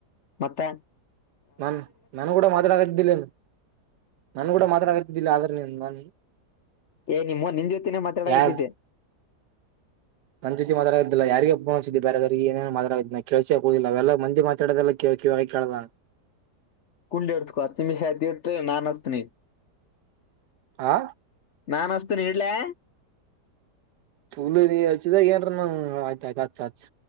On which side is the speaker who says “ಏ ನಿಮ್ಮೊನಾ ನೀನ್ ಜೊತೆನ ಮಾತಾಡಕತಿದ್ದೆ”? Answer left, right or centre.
Left